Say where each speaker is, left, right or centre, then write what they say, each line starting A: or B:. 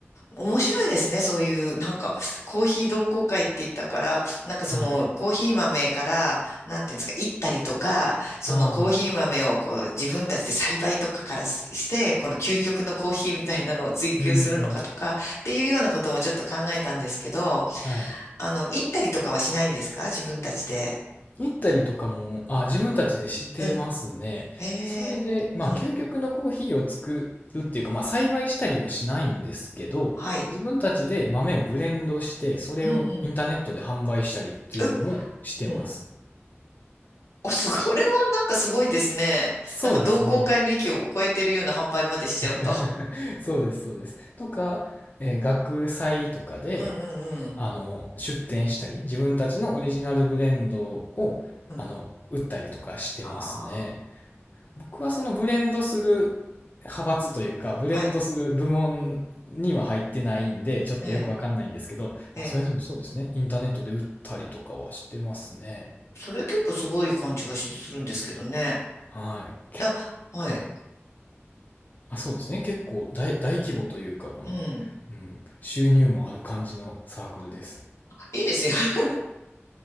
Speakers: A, on the left; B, on the left.
A: 面白いですね。そういう、なんか、コーヒー同好会って言ったから、なんかその、
B: はい。
A: コーヒー豆から、なんていうんですか、いったりとか、そのコーヒー豆をこう、
B: ああ、
A: 自分たちで栽培とかからしして、この究極のコーヒーみたいなのを追求するのかとか、
B: うん。
A: っていうようなこともちょっと考えたんですけど、
B: はい。
A: あの、いったりとかはしないんですか自分たちで。
B: 行ったりとかも、あ、自分たちでしてますね。
A: うん。ええうん。
B: それで、まあ、究極のコーヒーを作るっていうか、まあ、栽培したりはしないんですけど、
A: はい。
B: 自分たちで豆をブレンドして、それをインターネットで販売したりっていうのもしてます。
A: うんうん。う、うん。お、<laughs> すごい、これはなんかすごいですね。
B: そうですね。
A: なんか同好会の域を超えてるような販売までしちゃうと。
B: <laughs> そうです、そうです。とか、えー学祭とかで、
A: うんうんうん。
B: あの、出店したり、自分たちのオリジナルブレンドを、
A: うん、
B: あの、売ったりとかしてますね。
A: ああ、
B: 僕はそのブレンドする派閥というか、ブレンドする部門には入ってないんで、
A: はい。
B: ちょっとよくわかんないんですけど、
A: ええ、ええ。
B: まあ、それでもそうですね。インターネットで売ったりとかはしてますね。
A: それ結構すごい感じがしするんですけどね。
B: はい。け、
A: だ、はい。
B: はい。あ、そうですね。結構大、大規模というか、この、
A: うん。
B: うん、収入もある感じのサークルです。
A: いいですよ。<laughs>